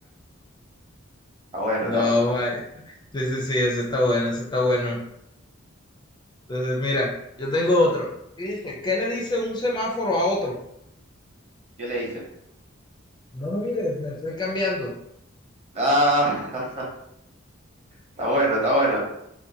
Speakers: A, on the right; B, on the left.
A: Está bueno,
B: No,
A: está bueno.
B: mae. Sí, sí, sí, eso está bueno, eso está bueno. Entonces, mira, yo tengo otro. Y dice, ¿qué le dice un semáforo a otro?
A: ¿Qué le dice?
B: No me mires, me estoy cambiando.
A: Ah, <laughs> está bueno, está bueno.